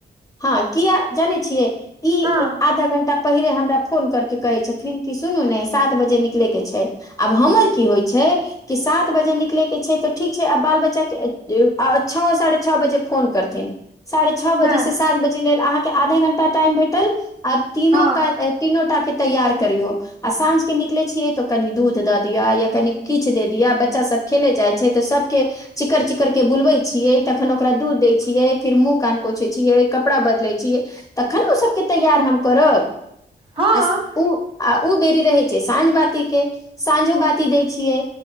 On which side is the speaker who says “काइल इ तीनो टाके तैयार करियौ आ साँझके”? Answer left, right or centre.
Left